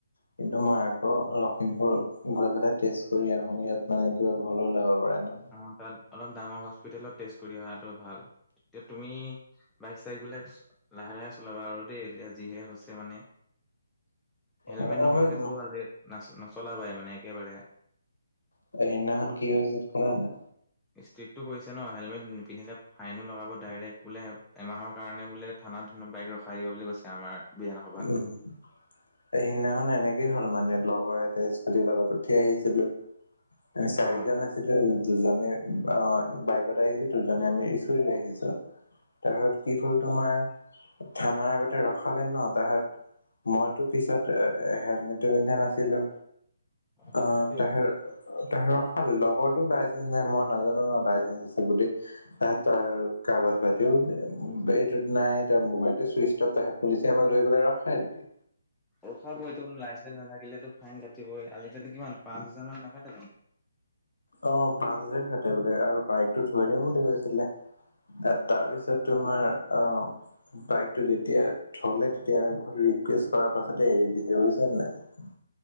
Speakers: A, on the left; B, in the centre.
A: কিন্তু মই আকৌ
B: অ',
A: লখিমপুৰ গৈ পেলাই টেষ্ট কৰি আহো ইয়াত মানে কিবা ভুলো ওলাব পাৰে ন।
B: আম তাত অলপ ডাঙৰ হস্পিতেলত টেষ্ট কৰি অহাটো ভাল এতিয়া তুমি বাইক চাইক বিলাক লাহে লাহে চলাবা আৰু দেই এতিয়া যিহে হৈছে মানে হেলমেট
A: অ
B: নোহোৱাকেতো আজি নাচ নচলাবাই মানে একেবাৰে
A: সেইদিনাখন কি হৈ হৈছে শুনানা
B: ষ্ট্ৰিকটো কৰিছে ন হেলমেট নিন্ধিলে। ফাইনো লগাব ডাইৰেক্ট বোলে এমাহৰ কাৰণে বোলে থানাত বাইক ৰখাই দিব বুলি কৈছে। আমাৰ বিধানসভাত
A: উম এই সিদিনাখন এনেকে হল মানে লগৰ এটা স্কুটিৰ লগত উঠি আহিছিলো। আমি চাৰিজন
B: অ
A: আছিলো। দুজনে অ' বাইকত আহিছে দুজনে আমি স্কুটত আহিছো। তা কি হ'ল তোমাৰ থানা আগতে ৰখালে ন তাহত মইতো পিছত এ হেলমেটটো পিন্ধা নাছিলো।
B: তোমালোকে
A: অ' তহেৰ
B: ৰখিব
A: তহেৰৰ খাল লগতো বাচ নাই। মই নাজানো ন বাইচজন আছে। বুলি আহ তাৰ কাগজ পাতিও এইটো নাই তাৰ মোবাইলটো চুইচ অফ দেখাই পুলিচে আমাক ধৰি পেলাই ৰখাই থৈ দিয়ে
B: ৰখাবয়ে টো লাইচেঞ্চ নাথাকিলেতটো ফাইন কাটিবই আজিকালি কিমান পাঁচ হাজাৰ মান নাকাতেজানো
A: অ পাঁচ হাজাৰ কাটে বোলে আৰু বাইকটো থৈ দিও বুলি কৈছিলে তাত তাৰপিছত তোমাৰ অ বাইকটো যেতিয়া থলে তেতিয়া আমি বহুত ৰিকুৱেষ্ট কৰাৰ পাছতে এৰি দিছে বুজিছা নাই